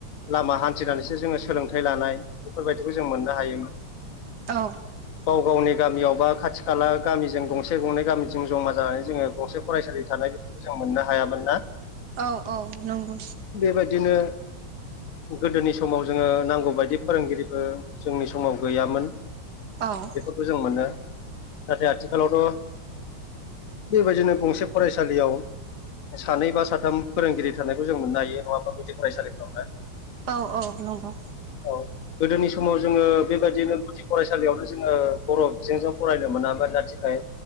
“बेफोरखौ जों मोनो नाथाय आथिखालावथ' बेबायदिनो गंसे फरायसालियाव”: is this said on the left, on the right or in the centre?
Left